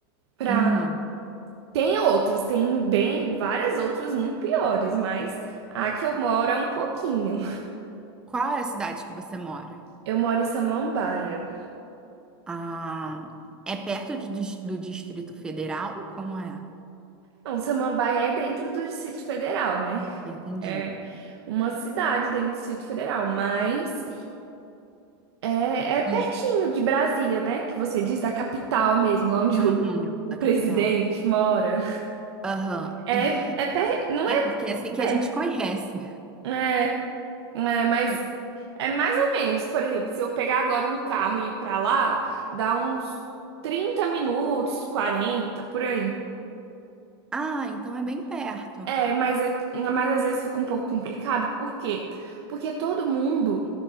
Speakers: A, on the right; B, in the centre.
A: Pra...
B: Uhum.
A: Tem outras, tem bem várias outras muito piores, mas a que eu moro é um pouquinho.
B: Qual é a cidade que você mora?
A: Eu moro em Samambaia.
B: Ah, é perto de dis- do Distrito Federal? Como é?
A: Não, Samambaia é dentro do Distrito Federal, né?
B: Ah, entendi.
A: É uma cidade dentro do Distrito Federal, mas É, é pertinho
B: E,
A: de Brasília, né? Que você diz da capital mesmo, lá onde
B: uhum,
A: o, o
B: da
A: presidente
B: capital.
A: mora.
B: Aham.
A: É,
B: E
A: é per... não
B: é
A: é
B: porque é assim que
A: perto,
B: a gente conhece.
A: é, é, mas
B: E-
A: é mais ou menos. Por exemplo, se eu pegar agora um carro e ir pra lá, dá uns 30 minutos, 40 por aí.
B: ah, então é bem perto.
A: É, mas, é, mas às vezes fica um pouco complicado. Por quê? Porque todo mundo